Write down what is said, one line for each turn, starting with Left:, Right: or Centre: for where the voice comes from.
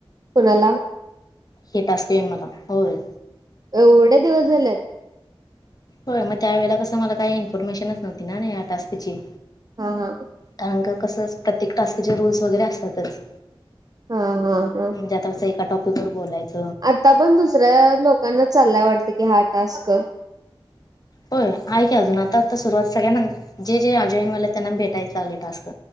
Right: कोणाला
Left: हे टा स्क्रीन मला होय
Right: एवढे दिवस झालेत
Left: होय मग त्यावेेळेला कसं मला काही इन्फॉर्मेशनच नव्हती ना या टास्कची
Right: हा हा
Left: कारग कसं प्रत्येक टास्कीचे रूल्स वगैरे असतातच
Right: हा हा काय
Left: म्हणजे आता अस एका टॉपिकवर बोलायंचं.
Right: आता पण दुसऱ्या लोकांना चाललाय वाटत की हा टास्क.
Left: होय आहे की अजून आता आता सुरुवात सगळ्यांना जे जे अ जॉईनवालेयेत त्यांना भेटायच लागले टास्क.